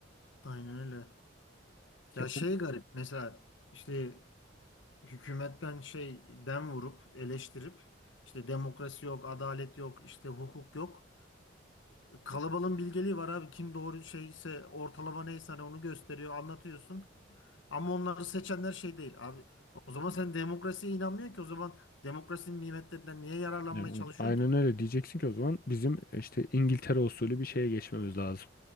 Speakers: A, on the left; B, on the left.
A: Aynen öyle. Ya
B: Ya
A: şey
B: bu
A: garip mesela işte hükümetten şey dem vurup eleştirip işte demokrasi yok, adalet yok, işte hukuk yok. Kalabalığın bilgeliği var abi. Kim doğru şeyse ortalama neyse hani onu gösteriyor, anlatıyorsun. Ama onları seçenler şey değil abi. O zaman sen demokrasiye inanmıyorsun ki o zaman demokrasinin nimetlerinden niye yararlanmaya
B: yani
A: çalışıyorsun
B: aynen
A: ki?
B: öyle diyeceksin ki o zaman bizim işte İngiltere usulü bir şeye geçmemiz lazım.